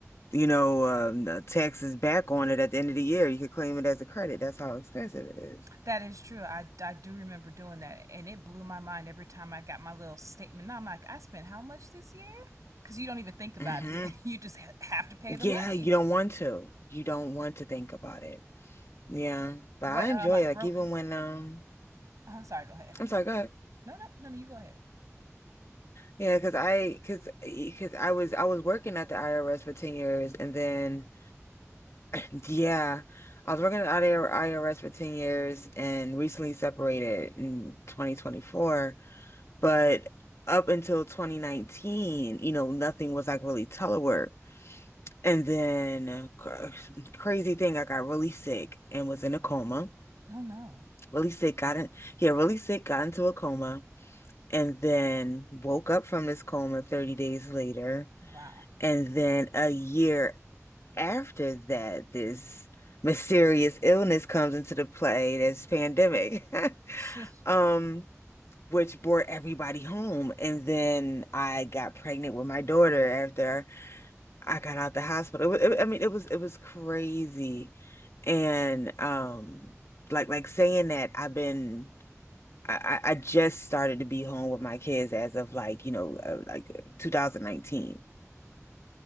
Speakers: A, on the left; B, on the right.
A: You know, um, the taxes back on it at the end of the year. You could claim it as a credit. That's how expensive it is.
B: That is true. I, I do remember doing that, and it blew my mind every time I got my little statement. Now I'm like, I spent how much this year? Because you don't even think about
A: Mhm.
B: it. <laughs> You just ha- have to pay
A: Yeah,
B: the money.
A: you don't want to. You don't want to think about it. Yeah, but
B: What
A: I
B: um,
A: enjoy
B: I
A: it. Like
B: broke
A: even when um,
B: I'm sorry. Go ahead.
A: I'm sorry, go ahead.
B: No, no, no, no. You go ahead.
A: Yeah, because I, because, because I was, I was working at the IRS for 10 years and then, yeah, I was working at the IRS for 10 years and recently separated in 2024. But up until 2019, you know, nothing was like really telework. And then, uh, cr- crazy thing, I got really sick and was in a coma.
B: Oh no.
A: really sick, got in, yeah, really sick, got into a coma, and then woke up from this coma 30 days later.
B: Wow.
A: And then a year after that, this mysterious illness comes into the play, this pandemic,
B: <laughs> Just
A: <laughs> um, which brought everybody home. And then I got pregnant with my daughter after I got out the hospital. It, wa- it, I mean, it was it was crazy. And um like like saying that I've been I, I just started to be home with my kids as of like, you know, uh, like 2019.